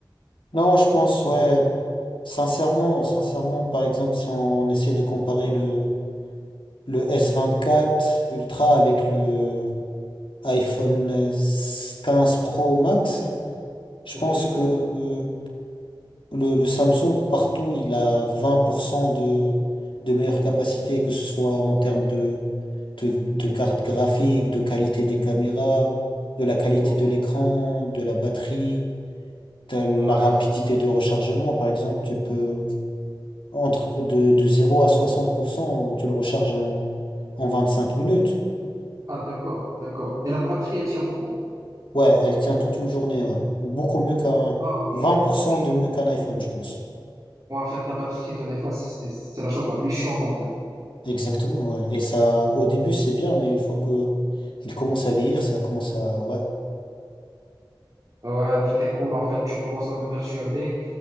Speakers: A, on the left; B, on the right.
A: Non, je pense, ouais,
B: Vous avez pas.
A: sincèrement, sincèrement, par exemple, si on essaie de comparer le, le s vingt-quatre Ultra avec le iPhone quinze Pro Max, je
B: Ok,
A: pense que euh, Le, le Samsung, partout, il a 20% de, de meilleure capacité, que ce soit en termes de, de, de carte graphique, de qualité des caméras, de la qualité
B: ok.
A: de l'écran, de la batterie, de la
B: Ouais.
A: rapidité de rechargement. Par exemple, tu peux, entre de, de zéro à 60% tu le recharges en, en 25 minutes.
B: Ah, d'accord, d'accord. Et la batterie, elle tient beaucoup?
A: Ouais, elle tient toute une journée, ouais. Beaucoup mieux qu'un,
B: Ah, ok,
A: vingt pour
B: ok.
A: cent de mieux qu'un iPhone, je pense.
B: Bon, en fait, la batterie de l'iPhone, c'est c'est- c'est la chose la plus chiante, en fait.
A: Exactement, ouais. Et ça, au début, c'est bien, mais une fois que il commence à vieillir, ça commence à... Ouais,
B: Ouais, très cool. En fait, tu commences à me persuader.